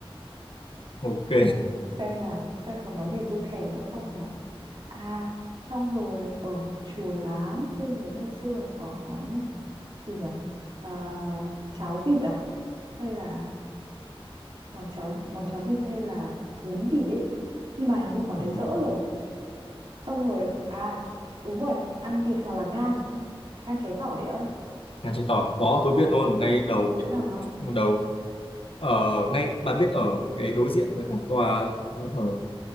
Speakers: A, on the left; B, on the right.
A: ok
B: À, xem nào xem có món gì tôi thèm nữa không nhỉ à xong rồi ở Chùa Láng tôi nhớ ngày xưa còn có món gì nhỉ à, cháo vịt à hay là món cháo món cháo vịt hay là bún vịt ấy nhưng mà hình như quán đấy
A: Ờ,
B: dỡ rồi xong rồi à đúng rồi ăn vịt hoặc là ngan ngan cháy tỏi ấy không
A: ngăn chế tỏi có tôi
B: ồ
A: biết luôn ngay đầu
B: chỗ nào ngon
A: đầu ở ngay bà biết ở cái đối diện với cả tòa ở